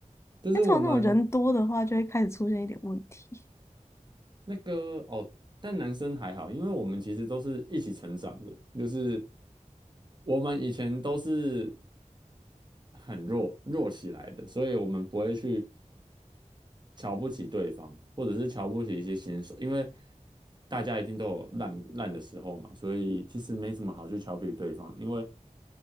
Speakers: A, on the right; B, on the left.
A: 就是我们
B: 因为通常那种人多的话，就会开始出现一点问题。
A: 那个哦，但男生还好，因为我们其实都是一起成长的，就是我们以前都是很弱弱起来的，所以我们不会去瞧不起对方，或者是瞧不起一些新手，因为大家一定都有烂烂的时候嘛，所以其实没什么好去瞧不起对方，因为